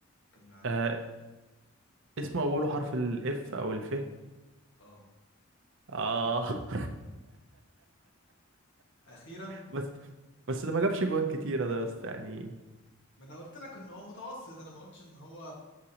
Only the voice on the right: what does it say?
آه اسمه اوله حرف الاف او الف
اه <laughs>
بس بس ده ما جابش جوان كتيرة ده يا اسطى يعني